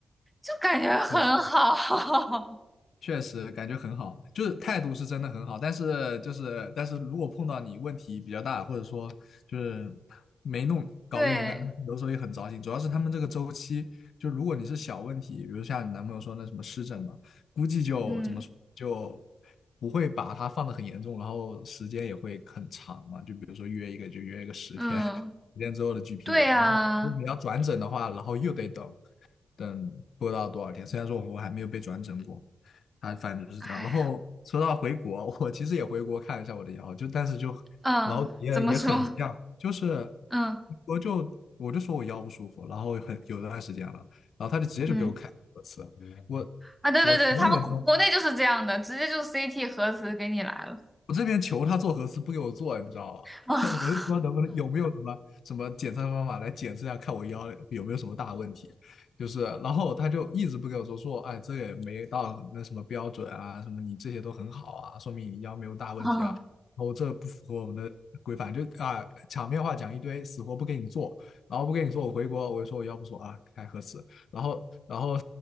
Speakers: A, in the centre; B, on the left.
A: 就感觉很好，
B: 确实。
A: <laughs>
B: 确实感觉很好，就是态度是真的很好，但是就是但是如果碰到你问题比较大，或者说就是没弄搞不明白，
A: 对，
B: 有时候也很糟心。主要是他们这个周期，就如果你是小问题，比如像你男朋友说那什么湿疹嘛，估计就怎么说就
A: 嗯
B: 不会把它放的很严重，然后时间也会很长嘛。就比如说约一个就约一个十天，
A: 嗯，
B: <laughs> 十天之后的 GP，
A: 对啊。
B: 然后如果你要转诊的话，然后又得等等不知道多少天。虽然说我还没有被转诊过。还反正就是这样。
A: 唉
B: 然后说到回国，我其实也回国看一下我的腰，就但是就
A: 嗯，
B: 然后也也很像，
A: 怎么说？
B: 就是
A: 嗯
B: 我就我就说我腰不舒服，然后很有段时间了，然后他就直接就给我开核磁，
A: 嗯
B: 我
A: 啊，对对对，
B: 我九点钟
A: 他们国国内就是这样的，直接就 CT 核磁给你来了，
B: 我这边求他做核磁不给我做，你知道吧？
A: <laughs> 啊、
B: <laughs> 我是说能不能有没有什么什么检测方法来检测一下，看我腰有没有什么大问题？就是，然后他就一直不给我做，说哎，这个也没到那什么标准啊，什么你这些都很好啊，说明你腰没有大问题啊。
A: 啊，
B: 然后这不符合我们的规范，就啊场面话讲一堆，死活不给你做，然后不给你做，我回国我就说我腰不舒服啊，开核磁，然后然后